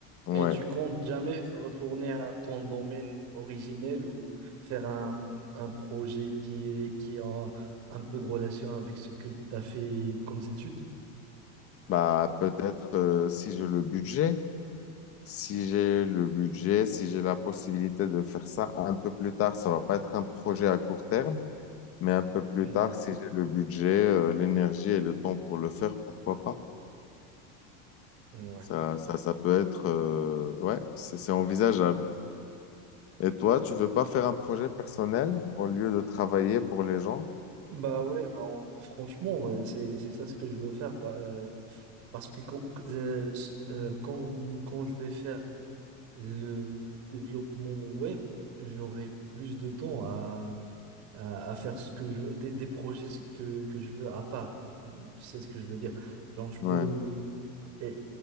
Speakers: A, on the left; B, on the right.
A: Ouais,
B: Et tu comptes jamais retourner à ton domaine originel ou faire un, un projet qui est, qui a un peu de relation avec ce que tu as fait comme études?
A: bah peut-être euh, si j'ai le budget, si j'ai le budget, si j'ai la possibilité de faire ça un peu plus tard, ça va pas être un projet à court terme, mais un peu plus
B: Ouais,
A: tard, si j'ai le budget, euh, l'énergie et le temps pour le faire, pourquoi pas?
B: ouais.
A: Ça, ça, ça peut être, euh, ouais, c'est c'est envisageable. Et toi, tu veux pas faire un projet personnel au lieu de travailler pour les gens?
B: Bah ouais, bah on- franchement, ouais, c'est c'est ça ce que je veux faire. Bah, euh, parce que quand, euh, s- euh, quand, quand je vais faire le développement web, j'aurai plus de temps à, à, à faire ce que je veux, des, des projets que, que je veux à part. Tu sais ce que je veux dire. Genre, je
A: Ouais,
B: peux euh,